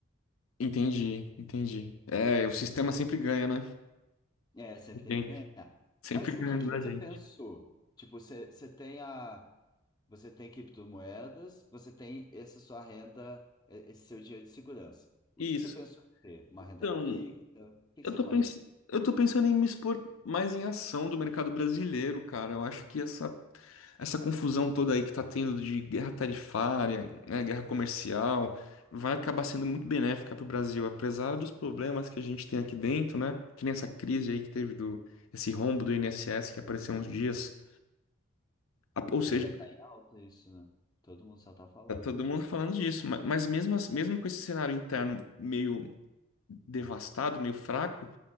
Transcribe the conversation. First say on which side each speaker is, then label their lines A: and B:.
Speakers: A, on the left; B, on the left.
A: Entendi, entendi. É, o sistema sempre ganha, né?
B: É, sempre
A: Entendi.
B: tem que ganhar.
A: Sempre
B: Mas
A: ganha
B: o que que
A: da
B: você
A: gente.
B: pensou? Tipo, você, você tem a. Você tem criptomoedas, você tem essa sua renda, eh, esse seu dinheiro de segurança. O
A: Isso.
B: que que você pensou em ter? Uma renda
A: Então,
B: fixa? O que
A: eu
B: que você
A: tô
B: conhece?
A: pens... eu tô pensando em me expor mais em ação do mercado brasileiro, cara. Eu acho que essa, essa confusão toda aí que tá tendo de guerra tarifária, né, guerra comercial, vai acabar sendo muito benéfica pro Brasil, apesar dos problemas que a gente tem aqui dentro, né? Que nem essa crise aí que teve do esse rombo do INSS que apareceu uns dias. A- Ou seja,
B: É, tá em alta isso, né? Todo mundo só tá falando
A: Tá todo
B: disso.
A: mundo falando disso, ma- mas mesmo, ass- mesmo com esse cenário interno meio devastado, meio fraco,